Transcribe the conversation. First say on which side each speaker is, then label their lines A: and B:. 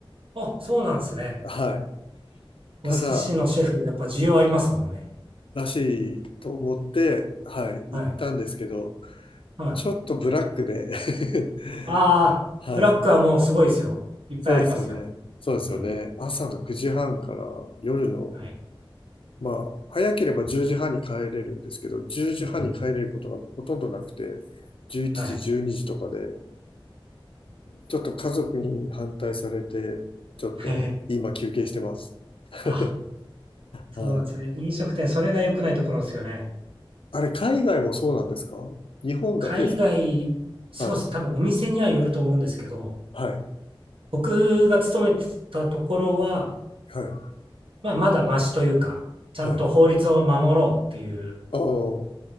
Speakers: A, on the right; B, on the left.
A: あ、そうなんですね。
B: はい。
A: お寿司のシェフ、
B: ただ、
A: やっぱ需要ありますもんね。
B: らしいと思って、はい、
A: はい。
B: 行ったんですけど、
A: はい。
B: ちょっとブラックで <laughs>
A: ああ、
B: はい。
A: ブラックはもうすごいですよ。いっぱいありますよ。
B: そうですよね。そうですよね。
A: うん。
B: 朝の9時半から夜の、
A: はい。
B: まあ、早ければ10時半に帰れるんですけど、10時半に帰れることがほとんどなくて、
A: うん。
B: 11時、
A: はい。
B: 12時とかで、ちょっと家族に反対されて、ちょっと今休憩してます。
A: <laughs>
B: <laughs>
A: あ、そうなんですね。
B: はい。
A: 飲食店、それが良くないところですよね。
B: あれ、海外もそうなんですか日本だけですか
A: 海外、そうです。
B: はい。
A: 多分お店にはよると思うんですけど、
B: はい。
A: 僕が勤めてたところは、
B: はい。
A: まあ、まだマシというか、ちゃんと法律を守ろうっていう
B: はい。ああ、は